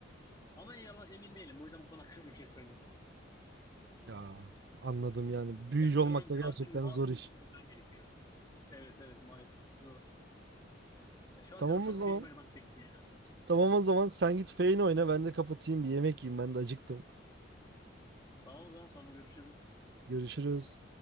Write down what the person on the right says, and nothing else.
Ya anladım yani. Büyücü
olmak
da
gerçekten
zor iş.
Tamam
o zaman.
Tamam o zaman sen git Feyn oyna ben de kapatayım bir yemek yiyeyim ben de acıktım.
Görüşürüz.